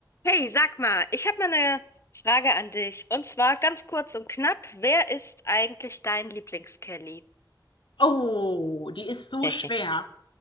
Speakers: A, on the left; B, on the left.
A: Hey, sag mal, ich habe mal eine Frage an dich. Und zwar ganz kurz und knapp, wer ist eigentlich dein Lieblings-Kelly?
B: Oh, die ist so
A: <laughs>
B: schwer.